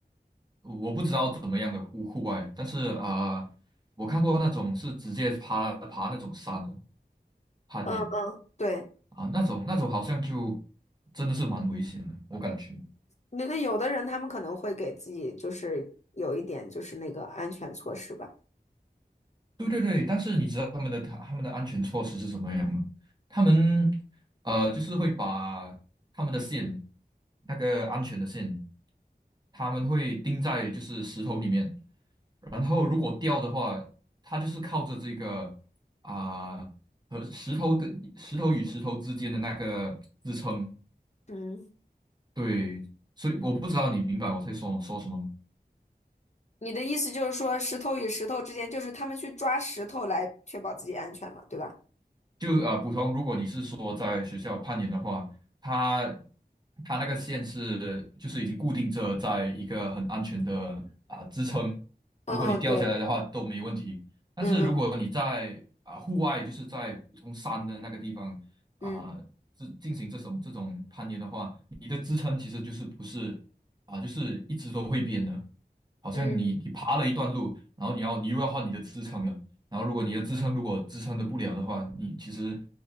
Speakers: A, on the right; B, on the left.
A: 我不知道怎么样的户户外，但是啊、我看过那种是直接爬爬那种山的攀岩
B: 嗯嗯，对，
A: 啊，那种那种好像就真的是蛮危险的，我感觉。
B: 那那有的人他们可能会给自己就是有一点就是那个安全措施吧。
A: 对对对，但是你知道他们的他他们的安全措施是什么样吗？他们呃，就是会把他们的线，那个安全的线，他们会钉在就是石头里面，然后如果掉的话，它就是靠着这个啊、和石头跟石头与石头之间的那个支撑。
B: 嗯，
A: 对，所以我不知道你明白我在说说什么吗？
B: 你的意思就是说石头与石头之间，就是他们去抓石头来确保自己安全嘛，对吧？
A: 就啊，普通，如果你是说在学校攀岩的话，它它那个线是就是已经固定着在一个很安全的啊、支撑，
B: 嗯嗯，
A: 如果你掉下来的话都没问题。
B: 对，
A: 但是如果你在啊、
B: 嗯嗯
A: 户外，就是在普通山的那个地方啊、
B: 嗯
A: 这进行这种这种攀岩的话，你的支撑其实就是不是啊、就是一直都会变的，好像你你爬了一段路，
B: 嗯，
A: 然后你要你又要换你的支撑了。然后如果你的支撑如果支撑的不了的话，你其实